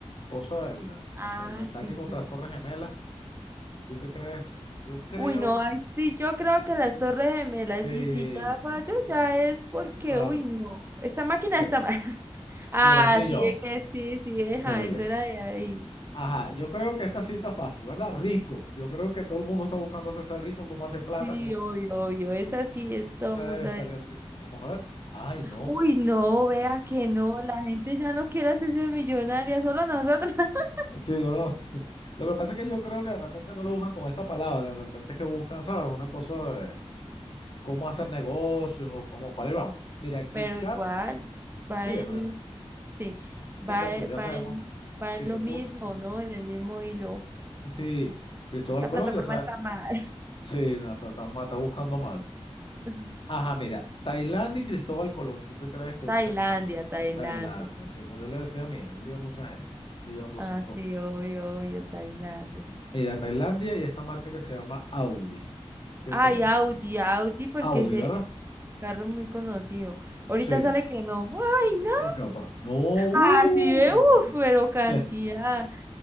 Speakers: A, on the left; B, on the right.
A: cosa, el,
B: Ah,
A: ata- el ataque
B: sí, sí,
A: contra las
B: sí.
A: Torres Gemelas. ¿Tú qué crees? Yo creo,
B: Uy, no, ay, sí, yo creo que las Torres Gemelas,
A: sí,
B: y si ya
A: sí,
B: falló, ya es porque,
A: claro,
B: uy, no, esa máquina
A: sí.
B: está mal. <laughs> Ah,
A: Mira, un millón.
B: sí, es que sí, sí, deja,
A: Muy
B: esa
A: bien.
B: era de ahí.
A: Ajá, yo creo que esta sí está fácil, ¿verdad? Rico. Yo creo que todo el mundo está buscando hacerse rico, cómo hace plata,
B: Sí,
A: cómo
B: obvio, obvio, esa sí es todo
A: se debe
B: mundo.
A: estar altísimo. Vamos a ver. Ay, no.
B: Uy, no, vea que no, la gente ya no quiere hacerse millonaria, solo nosotros. <laughs>
A: Sí, no, no. Lo que pasa es que yo creo que de repente no lo buscan con esa palabra, de repente es que buscan, ¿sabes? Una cosa de cómo hacer negocios o cómo. Para ahí vamos. pues. Mira, Kit
B: Pero
A: Kat,
B: igual, va
A: sí, es
B: el,
A: verdad.
B: sí,
A: Singapur,
B: va, e-
A: ya
B: va
A: sabemos.
B: el, va
A: Singapur,
B: en lo mismo, ¿no? En el mismo hilo.
A: sí. Cristóbal
B: La
A: Colón,
B: plataforma
A: ya sabes.
B: está mal.
A: Sí, no, está, está- está buscando mal.
B: <laughs>
A: Ajá, mira. Tailandia y Cristóbal Colón, ¿tú qué crees que buscan
B: Tailandia,
A: más?
B: Tailandia.
A: Tailandia, sí, como yo le decía a mí, ahí vive mucha gente, un millón doscientos
B: Ah, sí,
A: mil.
B: obvio,
A: Eh.
B: obvio, Tailandia.
A: Mira, Tailandia y esta marca que se llama Audi, ¿qué
B: Ay,
A: creen?
B: Audi, Audi, porque
A: Audi,
B: ese
A: ¿verdad?
B: ese carro es muy conocido. Ahorita
A: Sí,
B: sale que no. Ay, no.
A: por capaz. No, uh,
B: así sí, uff, pero cantidad.
A: <laughs>